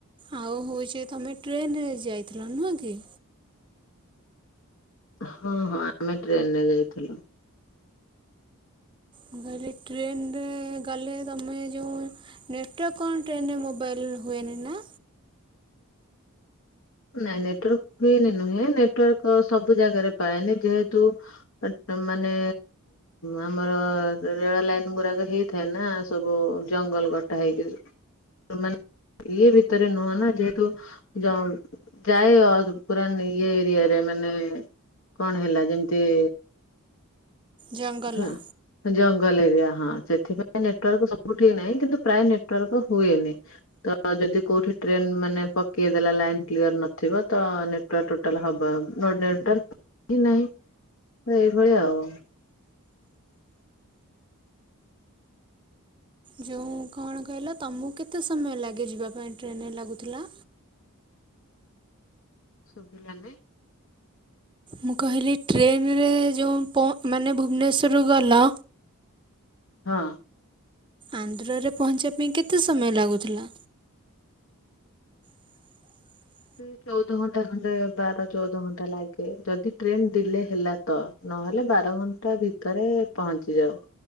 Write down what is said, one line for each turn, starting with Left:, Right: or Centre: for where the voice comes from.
Right: ଆଉ ହଉଛି ତମେ ଟ୍ରେନରେ ଯାଇଥିଲ ନୁହଁ କି?
Left: ହଁ ହଁ ଆମେ ଟ୍ରେନରେ ଯାଇଥିଲୁ।
Right: ମୁଁ କହିଲି ଟ୍ରେନରେ ଗଲେ ତମେ ଯେଉଁ ନେଟକଣ୍ ଟନେ ମୋବାଇଲ ହୁଇନା।
Left: ନାଇଁ ନେଟୱାର୍କ ହୁଏନି ନୁହେଁ ନେଟୱାର୍କ ସବୁ ଜାଗାରେ ପାଏନି ଯେହେତୁ ମାନେ ଆମର ରେଳ ଲାଇନ ଗୁଡାକ ହେଇଥାଏ ନା ସବୁ ଜଙ୍ଗଲ କଟା ହେଇକି। ମାନେ ଇଏ ଭିତରେ ନୁହଁ ନା ଯେହେତୁ ଯାଏ ପୁର ଇଏ ଏରିଆ ରେ ମାନେ କଣ ହେଲା ଯେମିତି
Right: ଜଙ୍ଗଲ।
Left: ଧ- ଜଙ୍ଗଲ ଏରିଆ ହଁ ସେଥିପାଇଁ ନେଟୱାର୍କ ସବୁଠିକ ନାହିଁ କିନ୍ତୁ ପ୍ରାୟ ନେଟୱାର୍କ ହୁଏନି। ତ ଯଦି କୋଉଠି ଟ୍ରେନ ମାନେ ପକେଇ ଦେଲା ଲାଇନ କ୍ଲିୟର ନଥିବ ତ ଟୋଟାଲ ହବ ଦେଢଟା ନାହିଁ ଏଇଭଳି ଆଉ।
Right: ଯେଉଁ କଣ କହିଲା ତମକୁ କେତେ ସମୟ ଲାଗେ ଯିବା ପାଇଁ ଟ୍ରେନ୍ରେ ଲାଗୁଥିଲା।
Left: ଶୁଭିଲାନି।
Right: ମୁଁ କହିଲି ଟ୍ରେନରେ ଯେଉଁ ମାନେ ଭୁବନେଶ୍ୱରରୁ ଗଲ।
Left: ହଁ।
Right: ଆନ୍ଧ୍ରରେ ପହଞ୍ଚିବା ପାଇଁ କେତେ ସମୟ ଲାଗୁଥିଲା? <inaudible>
Left: ସେ ଚଉଦ ଘଣ୍ଟା ଖଣ୍ଡେ ବାର ଚଉଦ ଘଣ୍ଟା ଲାଗେ ଯଦି ଟ୍ରେନ ଡିଲେ ହେଲା ତ ନହେଲେ ବାର ଘଣ୍ଟା ଭିତରେ ପହଞ୍ଚି ଯାଉ।